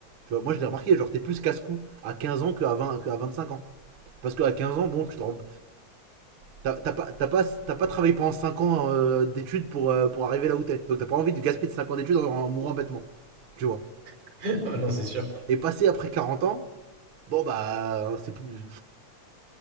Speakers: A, on the right; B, on the right.
A: Tu vois, moi, je l'ai remarqué, genre, t'es plus casse-cou à 15 ans qu'à 20 qu'à 25 ans. Parce qu'à 15 ans, bon, tu te rends, T'as t'as pas, t'as pas, t'as pas travaillé pendant 5 ans euh, d'études pour, euh, pour arriver là où t'es. Donc t'as pas envie de gaspiller 5 ans d'études en, en mourant bêtement, tu vois.
B: <laughs> Ah non, c'est sûr.
A: Et passer après 40 ans, bon bah, c'est plus.